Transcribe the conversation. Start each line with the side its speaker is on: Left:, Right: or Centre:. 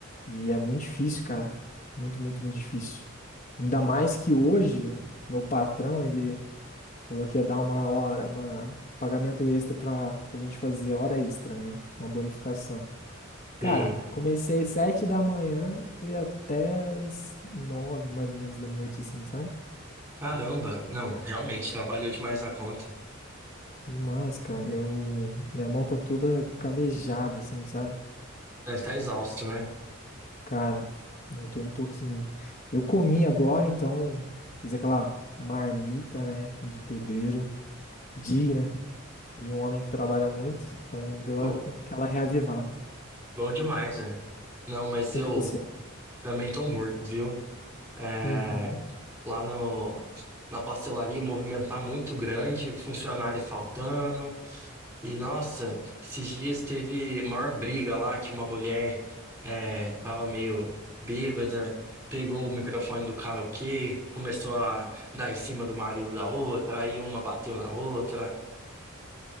Left: E é muito difícil, cara. Muito, muito, muito difícil. Ainda mais que hoje, meu patrão, ele falou que ia dar uma hora, uma pagamento extra pra, pra gente fazer hora extra, né? Uma bonificação. Cara,
Right: Sim.
Left: comecei às sete da manhã, fui até às nove, mais ou menos, da noite, assim, sabe?
Right: Caramba, não, realmente,
Left: Juro.
Right: trabalhou demais na conta.
Left: Demais, cara. Eu... Minha mão tá toda calejada, assim, sabe?
Right: Deve estar exausto, né?
Left: Cara, eu tô um pouquinho. Eu comi agora, então fiz aquela marmita, né, de pedreiro, digna de um homem que trabalha muito. Então deu
Right: Bom,
Left: aquela reavivada.
Right: bom demais, né? Não, mas eu
Left: E você?
Right: também tô morto, viu? É,
Left: Uhum.
Right: lá no, na pastelaria o movimento tá muito grande, funcionário faltando. E nossa, esses dias teve maior briga lá que uma mulher é, tava meio bêbada, pegou o microfone do karaokê, começou a dar em cima do marido da outra, aí uma bateu na outra.